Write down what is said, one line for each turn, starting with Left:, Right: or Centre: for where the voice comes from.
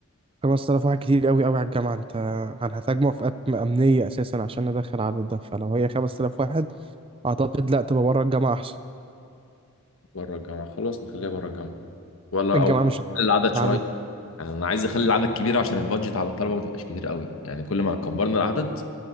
Right: 5000 واحد كتير قوي قوي على الجامعة انت هنحتاج موافقات امنية اساسا عشان ندخل العدد ده فلو هي 5000 واحد اعتقد لا تبقى بره الجامعة احسن
Left: بره الجامعة خلاص نخليها بره الجامعة ولا
Right: الجامعة
Left: أو نقلل
Right: مش
Left: العدد
Right: العدد
Left: شوية يعني أنا عايز أخلي العدد كبير عشان البادجت على الطلبة ما تبقاش كتير قوي يعني كل ما كبرنا العدد